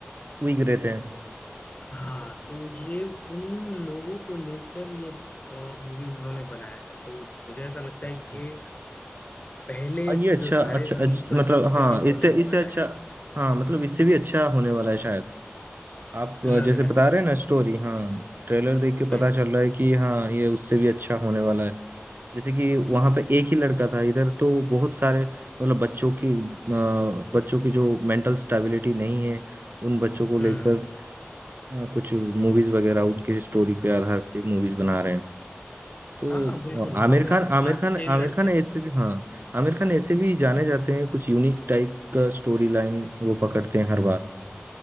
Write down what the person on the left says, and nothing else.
हाँ तो ये उन लोगों को लेकर ये मूवी उन्होंने बनाया है तो मुझे ऐसा लगता
है कि ये पहले
जो
तारे जमीन
पर
से उससे
भी
होने
वाला
है
लग
रहा
है
बिल्कुल
हम्म
हाँ हाँ बिल्कुल
वहां
पे
आप
पांच
छह लड़के
हैं